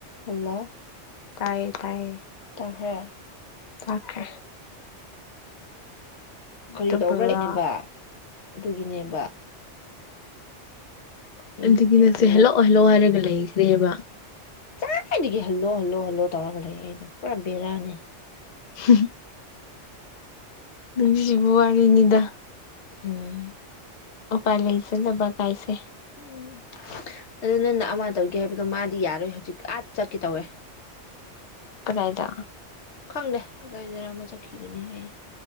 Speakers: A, on the left; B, on the left.
A: hello
B: ꯇꯥꯏꯌꯦ ꯇꯥꯏꯌꯦ
A: ꯇꯥꯈ꯭ꯔꯦ
B: ꯇꯥꯈ꯭ꯔꯦ
A: ꯀꯔꯤ
B: ꯑꯇꯣꯞꯄꯔꯣ
A: ꯇꯧꯕ꯭ꯔ ꯏꯅꯦꯕ ꯑꯗꯨꯒꯤꯅꯦꯕ ꯑꯩ
B: ꯥꯑꯗꯨꯒꯤ
A: ꯑꯩꯒꯤ
B: ꯅꯠꯇꯦ ꯍꯦꯜꯂꯣ ꯍꯦꯜꯂꯣ ꯍꯥꯏꯔꯒ ꯂꯩ ꯀꯦꯕ
A: ꯑꯆꯥꯏꯗꯒꯤ ꯍꯜꯂꯣ ꯍꯜꯂꯣ ꯍꯜꯂꯣ ꯇꯧꯔꯒ ꯂꯩꯌꯦ ꯑꯩꯗꯣ ꯄꯨꯔꯥ ꯕꯦꯔꯥꯅꯦ
B: <inaudible> ꯥꯅꯨꯡꯁꯤꯕ ꯋꯥꯔꯤꯅꯤꯗ
A: ꯍꯦ
B: ꯎꯄꯥꯏ ꯂꯩꯇꯅꯕ ꯀꯥꯏꯁꯦ
A: ꯎꯝ ꯑꯗꯨ ꯅꯪꯅ ꯑꯃ ꯇꯧꯒꯦ ꯍꯥꯏꯕꯗꯣ ꯃꯥꯗꯤ ꯌꯥꯔꯣꯏ ꯍꯧꯖꯤꯛ ꯑꯥ ꯆꯠꯀꯦ ꯇꯧꯋꯦ
B: ꯀꯗꯥꯥꯏꯗ
A: ꯈꯪꯗꯦ ꯀꯗꯥꯏꯗꯔ ꯑꯃ ꯆꯠꯈꯤꯒꯅꯤ ꯍꯥꯏꯌꯦ